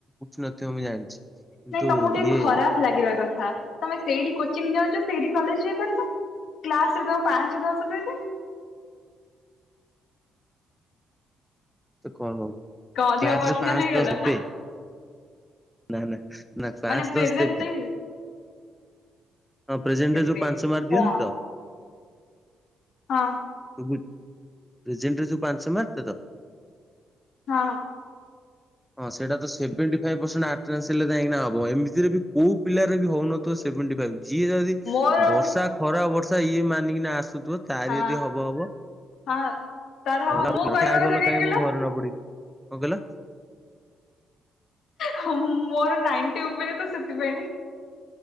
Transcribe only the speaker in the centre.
ଉଠୁ ନଥିବ ମୁଁ ଜାଣିଛି। କିନ୍ତୁ
ଇଏ
ତ କଣ ହବ
କ୍ଲାସରେ
ପାଞ୍ଚ
ଦଶବେ ନା ନା। ନା ପାଞ୍ଚ
ଦଶ ଦେବି। ହଁ ପ୍ରେଜେଣ୍ଟ
ରେ ଯୋଉ ପାଞ୍ଚ ମାର୍କ
ଦିଅନ୍ତି ତ?
ସବୁ ପ୍ରେଜେଣ୍ଟରେ ଯୋଉ ପାଞ୍ଚ ମାର୍କ ଟା ତ?
ହଁ ସେଇଟା ତ ସେଭେଣ୍ଟି ଫାଇବ ପସେଣ୍ଟ ଆଟନାସ ହେଲେ ଯାଇକିନା ହବ ଏମିତିରେ କୋଉ ପିଲର ବି ହଉନ ତ ଶେଭେଣ୍ଟି ଫାଇବ ଯିଏ ଯଦି
ବର୍ଷା ଖରା ବର୍ଷା ଇଏ ମାନିକିନା ଆସୁଥିବ ତାରି
ଯଦି ହବ ହବ,
<unintelligible>
କାହିଁକି
ମୁଁ ଘରେ ନ ପଡିବି? କଣ କହିଲ?